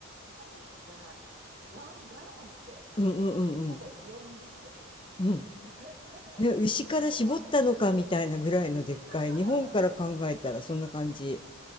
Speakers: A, on the right; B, on the left.
A: サイズが、ワンガロンって
B: うんうんうんうん
A: ほぼ4リットル
B: うん。
A: <laughs>
B: ね、牛から絞ったのかみたいなぐらいのでっかい。
A: ほぼい、<laughs>
B: 日本から考えたらそんな感じ。
A: そう。